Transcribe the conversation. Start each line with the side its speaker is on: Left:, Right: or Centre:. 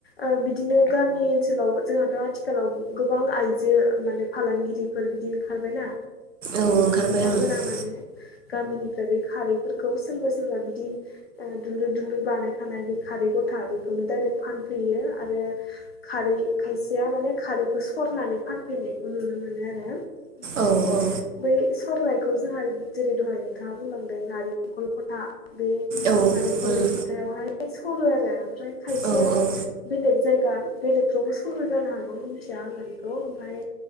Left: ओ बिदिनो गामि ओनसोलाव जोंहाथ आथिखालाव गोबां आइजो माने फालांगिरिफोर बिदि ओंखारबायना
Right: ओंखारबाय
Left: बिथांमोना
Right: आङो
Left: माने गामिनिफ्राय बे खारैफोरखौ सोरबा सोरबा बिदि दुलुर दुलुर बानाय खानाय बे खारै गथा बि- खौनो दायरेक फानफैयो आरो खारै खायसेया माने खारैखौ सरनानै फानफैयो। नायखौ नुनो मोनो आरो। ओमफ्राय
Right: औ औ
Left: बै सरनायखौ जोंहा जेरै दहाय नोंथाङा बुंलांदों नारेंखल खथा बे
Right: औ
Left: नारेंखलनि
Right: उम
Left: खथायावहाय सरो आरो ओमफ्राय खायसेया
Right: औ औ
Left: बेलेग जायगा बेलेगफ्रावबो सरो जानो हागौ मिथिया आङो बेखौ ओमफाय